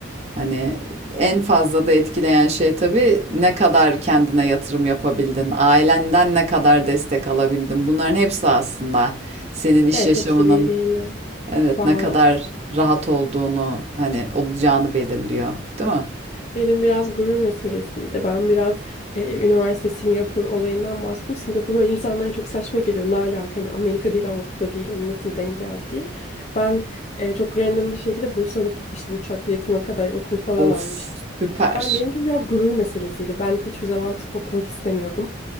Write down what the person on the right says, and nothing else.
Hani en fazla da etkileyen şey tabii ne kadar kendine yatırım yapabildin, ailenden ne kadar destek alabildin. Bunların hepsi aslında senin iş
yaşamının
evet
ne kadar rahat olduğunu hani olacağını belirliyor, değil mi?
Of,
süper.